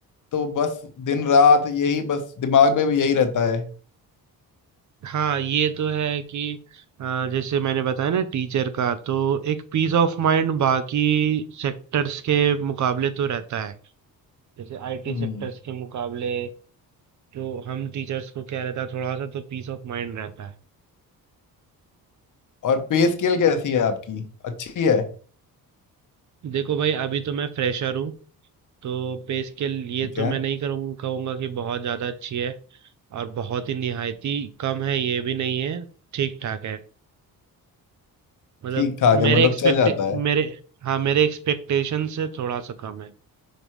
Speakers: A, on the left; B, on the right.
A: तो बस दिन रात यही बस दिमाग में भी यही रहता है
B: हाँ ये तो है कि अ, जैसे मैंने बताया ना टीचर का तो एक पीस ऑफ माइंड बाकी सेक्टर्स के मुकाबले तो रहता है जैसे आईटी
A: हम्म
B: सेक्टर्स के मुकाबले तो हम टीचर्स को क्या रहता है थोड़ा सा तो पीस ऑफ माइंड रहता है
A: और पे स्केल कैसी है आपकी अच्छी है
B: देखो भाई अभी तो मैं फ्रेशर हूँ तो पे स्केल ये
A: ठीक
B: तो
A: है
B: मैं नहीं करूँ कहूँगा कि बहुत ज़्यादा अच्छी है और बहुत ही निहायती कम है ये भी नहीं है ठीक ठाक है मतलब
A: ठीक ठाक है
B: मेरे
A: मतलब
B: एक्सपेक्ट
A: चल जाता है
B: मेरे हाँ मेरे एक्सपेक्टेशन से थोड़ा सा कम है